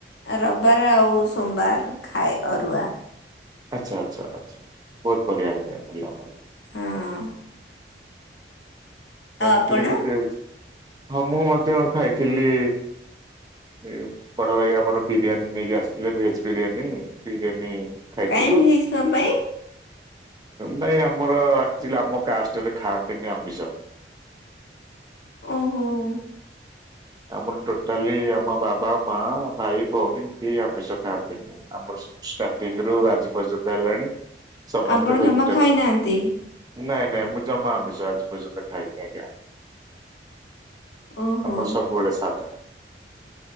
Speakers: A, on the left; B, on the right.
A: ରବାର ଆଉ ସୋବାର ଖାଏ ଅରୁଆ।
B: ଆଚ୍ଛା ଆଚ୍ଛା ଆଛା ବହୁତ ବଢିଆ ଆଜ୍ଞା ଭଲ।
A: ହଁ। ଆଉ
B: ଏମିତିରେ
A: ଆପଣ
B: ବି ତିଆଚି ହଁ ମୁଁ ମଧ୍ୟ ଖାଇଥିଲି। ଏ ବଡ ଭାଇ ଆମର ବିରିୟାନୀ ନେଇକି ଆସିଥିଲେ ଭେଜେ ବିରିୟାନୀ ବିରିୟାନୀ। ଖାଇଥିଲୁ।
A: କାଇଁ ଭେଜେ କଣ ପାଇଁ?
B: ନାଇଁ ଆମର ଆକ୍ଚୁ ଆଲି ଆମ କାଷ୍ଟରେ ଖାଆନ୍ତିନି ଆମିଷ।
A: ଓହୋ।
B: ଆମର ଟୋଟାଲି ଆମ ବାବା ମା ଭାଇ ଭଉଣୀ କେହି ଆମିଷ ଖାଆନ୍ତି ନେହିଁ ଆମରଷ୍ଟା ର୍ଟିଂ ରୁ ଆଜି ପର୍ଯ୍ୟନ୍ତ ହେଲାଣି। ସମସ୍ତେ
A: ଆପଣ
B: ଭେଜିଟେବଲ୍
A: ଜମା ଖାଇନାହାନ୍ତି?
B: ନାଇଁ ନାଇଁ ମୁଁ ଜମା ଆମିଷ ଆଜି ପର୍ଯ୍ୟନ୍ତ ଖାଇନି ଆଜ୍ଞା।
A: ଓହୋ
B: ଆମର ସବୁବେଳେ ସାଧା।